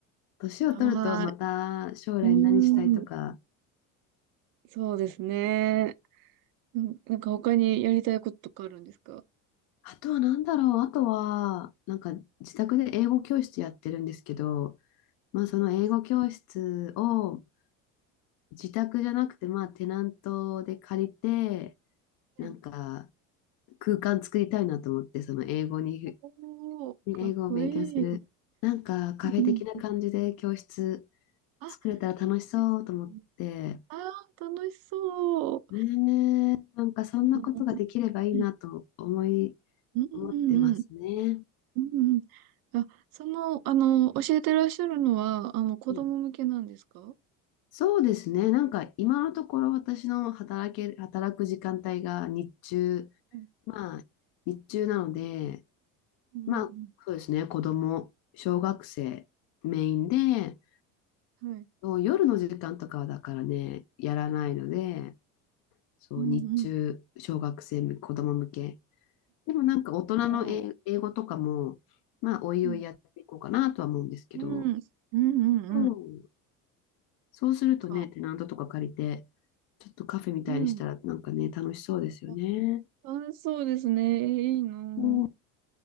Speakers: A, on the left; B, on the right.
A: 年を取るとまた将来何したいとか、
B: あーうーん。そうですね。うん、なんか他にやりたいこととかあるんですか
A: あとは何だろう、あとは、なんか自宅で英語教室やってるんですけど、まあその英語教室を
B: えー、す
A: 自宅じゃなくて、まあテナントで借りて、
B: ごい。
A: なんか空間作りたいなと思って、その英語に、
B: おー、
A: 英語を勉強する、
B: かっこいい。
A: なんかカフェ的な感じで教室
B: うん。あ、
A: 作れたら楽しそうと思って、
B: いいですね。あー、楽しそう。
A: ねえねえ、なんかそんなことができればいいなと思い
B: うんうんうん
A: 思ってますね。
B: うん。うんうん。あ、その、あの、教えてらっしゃるのは、あの、子供向けなんですか
A: うん、そうですね。なんか今のところ私の働け、働く時間帯が日中、
B: うん
A: まあ日中なので、
B: うん
A: まあそうですね、子供、小学生メインで、
B: うん。はい。
A: そう夜の時間とかはだからね、やらないので、そう日中、
B: うんうん。
A: 小学生向け、子供向け。でもなんか大人の英英語とかも、
B: あー
A: まあおいおいやっていこうかなとは思うんですけど、
B: うん。うん。うんうんうん。
A: そうん
B: なん
A: そうするとね、
B: か、
A: テナントとか借りて、ちょっとカフェみたいにしたらなんかね、
B: うん。
A: 楽しそうですよね。
B: あ楽しそうですね。えーいいなぁ。
A: うん、